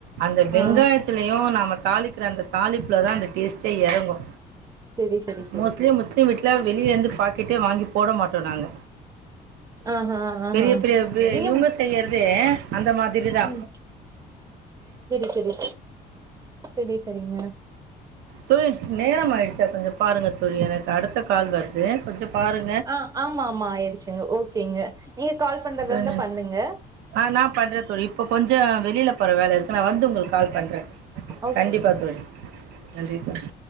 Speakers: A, on the right; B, on the right.
A: அந்த வெங்காயத்துலயு
B: ஆ
A: நாம்ம தாளிக்கிற அந்த தாளிப்புல தா அந்த டேஸ்ட்டே எறங்கு
B: செரி செரி செரி
A: மோஸ்ட்லி
B: செரி
A: முஸ்லிம் வீட்டுல வெளியில இருந்து பாக்கெட்டே வாங்கி போட மாட்டோ நாங்க
B: ஆஹா ஆஹா
A: பெரிய பெரிய
B: நீங்க
A: இவ்ங்க செய்றதே அந்த மாதிரி தா
B: ம் செரி செரி செரி சரிங்க
A: தோழி நேரம் ஆயிடுச்சா கொஞ்சோ பாருங்க தோழி எனக்கு அடுத்த கால் வருது கொஞ்சோ பாருங்
B: ஆ ஆமா ஆமா ஆயிடுச்சுங்க ஓகேங்க நீங்க கால் பண்றதா
A: தோழி
B: இருந்தா
A: நன்றி
B: பண்ணுங்க
A: ஆ நா பண்ற தோழி இப்ப கொஞ்சோ வெளியில போற வேலை இருக்கு நா வந்து உங்களுக்கு கால் பண்றே
B: ஓகேங்க
A: கண்டிப்பா தோழி நன்றி தோழி